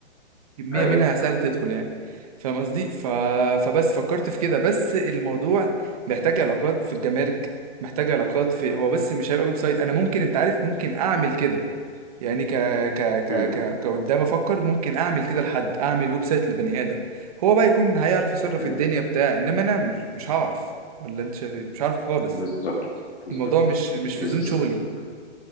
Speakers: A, on the right; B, on the left.
A: كمية
B: ايوه
A: منها سهل
B: تمام
A: تدخل يعني فاهم قصدي ف... فبس فكرت في كده بس الموضوع محتاج علاقات في الجمارك محتاج علاقات في هو بس مش هيبقى ويب سايت انا ممكن انت عارف ممكن اعمل كده يعني ك ك ك
B: أمم،
A: ك
B: أمم،
A: كقدام افكر ممكن اعمل كده لحد اعمل ويب سايت لبني ادم هو بقى يكون هيعرف يصرف
B: أمم.
A: الدنيا بتاع انما انا مش مش هعرف ولا انت شايف إيه؟ مش عارف خالص
B: بالظبط بالظبط
A: الموضوع مش مش
B: بالظبط
A: في زون شغلي